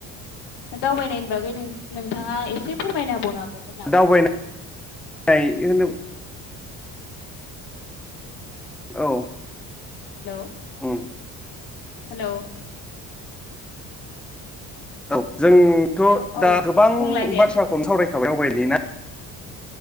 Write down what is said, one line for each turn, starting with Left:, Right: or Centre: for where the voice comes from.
Left: दावबायनायनि बागै नों नोंथाङा एसे फोरमायनो होबावनो हाबावगोन नामा
Centre: दावबायनाय
Left: माने
Centre: होनो औ।
Left: हेलौ।
Centre: उम।
Left: हेलौ
Centre: औ। जोंथ'
Left: हेलौ औ
Centre: दा गोबां
Left: बुंलाय दे
Centre: बाथ्राखौनो सावराय <unintelligible>